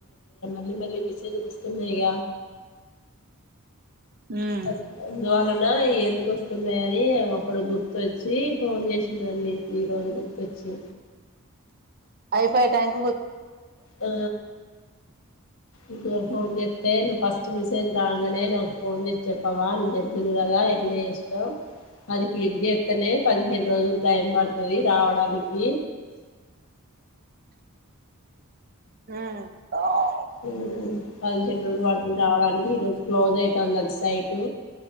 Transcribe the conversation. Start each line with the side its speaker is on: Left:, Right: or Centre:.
Left: మళ్ీ మళ్ళీ మెసేజ్లు వస్తున్నా ఇక
Right: ఉమ్
Left: అ వాాల నా ఎందుకు వస్తున్నాయ అని అప్పుడు గుర్తొచ్చి ఫోన్ చేసిందండి ఈ రోజు గుర్తొచ్చి
Right: అయి ఫైయి ట్యాంక్
Left: ఆ ఇకు ఫోన్ చెప్తే నువ్వు ఫస్ట్ మెసేజ్ రాగానే నాకు ఫోన్ చేసి చెప్పవా నేను చెప్తును కదా ఎట్లా చేసినావ్ అది క్లిక్ చేస్తతనే పదిహేను రోజులు టైమ్ పడుతుంది ది రావడానికి
Right: <unintelligible>
Left: ఉ <unintelligible> పదిహేను రోజులు పడుతుంది రావడానికి ఈ రోజు క్లోజ్ అయితాంది సైటు